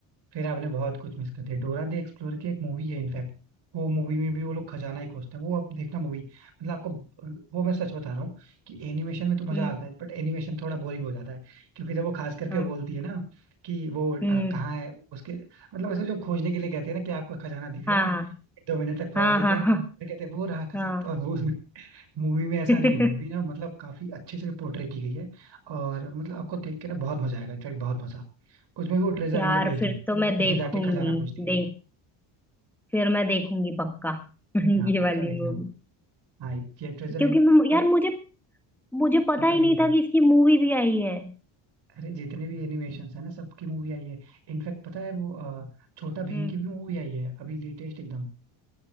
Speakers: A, on the right (about 55°); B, in the centre.
A: फिर आपने बहुत कुछ मिस कर दिया डोरा द एक्सप्लोरर की एक मूवी है इनफैक्ट वो मूवी में भी वो लोग खजाना ही खोजते हैं वो आप देखना मूवी मतलब आपको वो मैं सच बता रहा हूँ कि एनिमेशन में तो मजा
B: हम्म
A: आता है बट एनिमेशन थोड़ा बोरिंग हो जाता है क्योंकि जब वो खास करके
B: हाँ
A: बोलती है ना कि वो
B: हम्म
A: अ, कहाँ है उसके मतलब ऐसे जो खोजने के लिए कहते हैं ना कि आपको खजाना दिख
B: हाँ
A: रहा है दो मिनट तक पहुंच
B: हाँ
A: देते
B: हाँ
A: हैं
B: हाँ
A: फिर कहते हैं वो रहा खजाना
B: हाँ
A: तो वो मूवी में
B: <laughs>
A: ऐसा नहीं है मूवी ना मतलब काफी अच्छे से पोर्ट्रे की गई है और मतलब आपको देख के ना बहुत मजा आएगा इनफैक्ट बहुत मजा उसमें भी वो ट्रेजर
B: यार
A: हंट भेजते
B: फिर
A: हैं
B: तो मैं देखूंगी
A: इसमें जाके खजाना खोजती है
B: देख
A: वो
B: फिर मैं देखूंगी पक्का <laughs> ये
A: यहाँ पक्का
B: वाली
A: देखना
B: मूवी
A: वो हाँ ये ट्रेजर
B: क्योंकि
A: हंट
B: मैं
A: और
B: यार मुझे मुझे पता
A: पता
B: ही
A: ही
B: नहीं
A: नहीं था
B: था कि इसकी मूवी भी आई है
A: अरे जितने भी एनिमेशन है ना सबकी मूवी आई है इनफैक्ट पता है वो अ, छोटा भीम
B: हम्म
A: की भी मूवी आई है अभी लेटेस्ट एकदम